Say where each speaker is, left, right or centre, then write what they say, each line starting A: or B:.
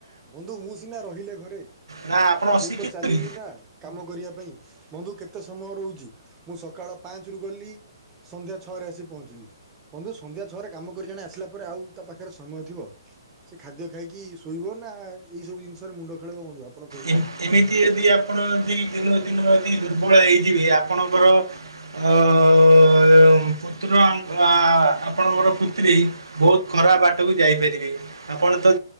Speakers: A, on the right (about 20°); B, on the right (about 85°).
A: ବନ୍ଧୁ ମୁଁସିନା ରହିଲେ ଘରେ
B: ନା ଆପଣ ଅଶିକ୍ଷିତ
A: ମୁଁ ତ ଚାଲିଲିନା
B: କି?
A: କାମ କରିବା ପାଇଁ। ବନ୍ଧୁ କେତେ ସମୟ ରହୁଛି ମୁଁ ସକାଳ ପାଞ୍ଚରୁ ଗଲି ସନ୍ଧ୍ୟା ଛଅରେ ଆସି ପହଞ୍ଚିଲି ବନ୍ଧୁ ସନ୍ଧ୍ୟାଛଅରେ କାମ କରିଜଣେ ଆସିଲାପରେ ଆଉ ତା ପାଖରେ ସମୟ ଥିବ ସେ ଖାଦ୍ୟ ଖାଇକି ଶୋଇବନି ନା ଏଇସବୁ ଜିନିଷରେ ମୁଣ୍ଡ ଖେଳେଇବ। କହିଲେ
B: ଏମି ଏମିତି ଯଦି ଆପଣ ବି ଦିନ ଦିନ ଯଦି ଦୁର୍ବଳ ହେଇଯିବେ ଆପଣଙ୍କର ଅ ଅ ଅ ଅ ପୁତ୍ର ଆ ଆପଣଙ୍କର ପୁତ୍ରୀ ବହୁତ ଖରାପ ବାଟକୁ ଯାଇପାରିବେ ଆପଣ ତ